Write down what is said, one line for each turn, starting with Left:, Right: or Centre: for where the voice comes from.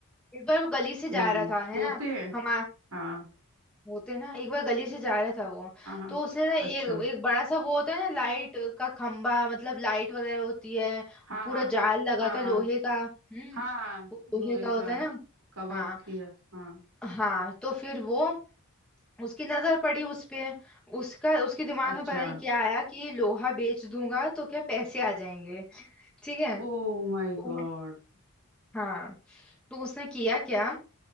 Centre: एक बार वो गली से जा
Right: हम्म
Centre: रहा था है
Right: होते
Centre: ना
Right: हैं
Centre: हम
Right: हाँ
Centre: होते हैं ना एक बार गली से जा रहा था वो
Right: हाँ हाँ
Centre: तो उसने ना एक
Right: अच्छा
Centre: एक बड़ा सा वो होता है ना लाइट का खंबा मतलब लाइट वगैरह होती है
Right: हाँ
Centre: पूरा
Right: हाँ
Centre: जाल लगा
Right: हाँ
Centre: होता है
Right: हाँ
Centre: लोहे का हम्म
Right: हाँ हाँ,
Centre: वो लोहे
Right: लोहे
Centre: का होता
Right: का
Centre: है ना
Right: कवर
Centre: हाँ
Right: किया हाँ
Centre: हाँ तो फिर वो उसकी नजर पड़ी उस पे उसका उसके दिमाग
Right: अच्छा
Centre: में पता नहीं क्या आया कि लोहा बेच दूंगा तो क्या पैसे आ जाएंगे ठीक है
Right: Oh my
Centre: तो
Right: god
Centre: हाँ तो उसने किया क्या